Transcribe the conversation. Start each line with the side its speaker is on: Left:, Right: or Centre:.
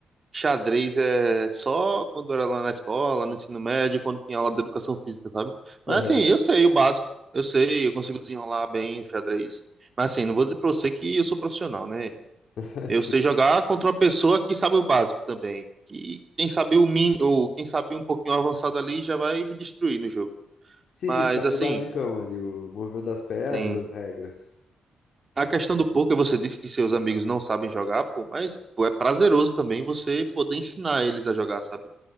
Right: xadrez é só quando era lá na escola, no ensino médio, quando tinha aula de educação física, sabe? Mas
Left: Aham.
Right: assim, eu sei o básico, eu sei, eu consigo desenrolar bem o xadrez. Mas assim, não vou dizer pra você que eu sou profissional, né?
Left: <laughs>
Right: Eu
Left: Sim,
Right: sei jogar contra uma pessoa que sabe o básico também. Que quem sabe o mínimo, ou quem sabe um pouquinho avançado ali já vai me destruir no jogo.
Left: sim,
Right: Mas
Left: sim, tu sabe
Right: assim,
Left: o basicão ali, o movimento das peças,
Right: sim.
Left: as regras.
Right: A questão do poker, você disse que seus amigos não sabem jogar, pô, mas tipo, é prazeroso também você poder ensinar eles a jogar, sabe?